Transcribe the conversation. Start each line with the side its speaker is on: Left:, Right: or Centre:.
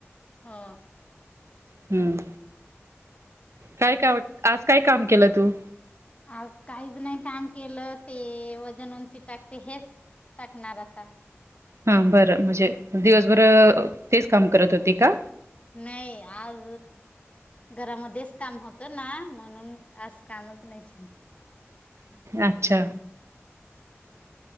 Left: हा
Right: हम्म काय काम आज काय काम केलं तू
Left: आज काहीच नाही काम केलं ते वजन उंची टाकते हेच टाकणार आता
Right: हा बरं म्हणजे दिवसभर अ तेच काम करत होती का?
Left: नाही आज घरामध्येच काम होतं ना म्हणून आज कामच नाही ांत
Right: अच्छा
Left: हम्म